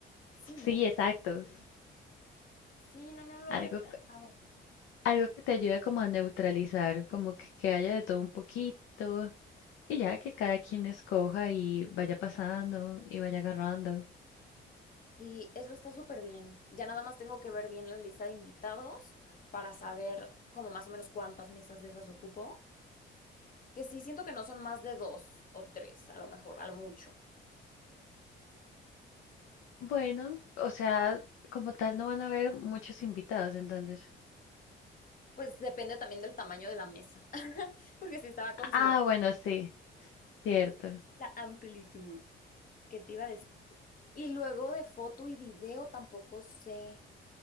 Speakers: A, on the left; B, on the left.
A: Sí,
B: Sí,
A: no.
B: exacto.
A: Sí, no, no lo había
B: Algo,
A: pensado.
B: algo que te ayuda como a neutralizar, como que, que haya de todo un poquito, y ya que cada quien escoja y vaya pasando y vaya agarrando.
A: Sí, eso está súper bien. Ya nada más tengo que ver bien la lista de invitados para saber como más o menos cuántas mesas de esas ocupo. que sí siento que no son más de dos o tres, a lo mejor, al mucho.
B: Bueno, o sea, como tal no van a haber muchos invitados, entonces.
A: Pues depende también del tamaño de la mesa, <laughs> porque sí estaba considerando
B: Ah, bueno, sí, cierto.
A: la amplitud que te iba a decir. Y luego de foto y video tampoco sé,